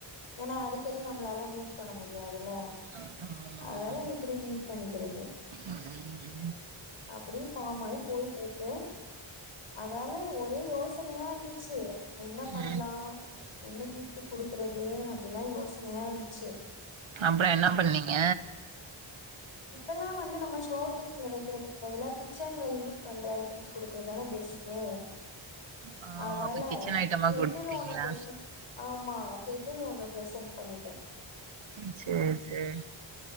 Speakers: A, on the left; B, on the right.
A: ஏனா அடிக்கடி நம்ளால மீட் பண்ண முடியாதுல்ல
B: ஆமா
A: அதனால
B: ஆமா
A: இப்பிடி மீட் பண்ணிக்கிறது
B: ம்
A: அப்பிடி ஃபாமாயி போயிட்ருக்கு அதால ஒரே யோசனையாருந்துச்சு என்ன பண்லா
B: ம்
A: என்ன கிஃப்ட் குடுக் கது அப்டின்னா யோசனையா இருந்துச்சு
B: அப்றோ என்ன பண்ணீங்க
A: இப்பல்லா வந்து நம்ம ஷோகேஸ்ல வைக்கிறதுக்கு பதிலா கிச்சன்ல யூஸ் பண்ற ஐட்டம்ஸ் குடுக்குறதானே பெஸ்ட்டு
B: ஆ
A: அதால
B: அப்ப கிச்சன் ஐட்டமா
A: கெட்டில்
B: குடுத்துட்டீங்களா
A: ஒன்னு ப்ரசன் ஆமா கெட்டில் ஒண்ணு ப்ரசென்ட் பண்ணிட்டே
B: ம் சேரி சேரி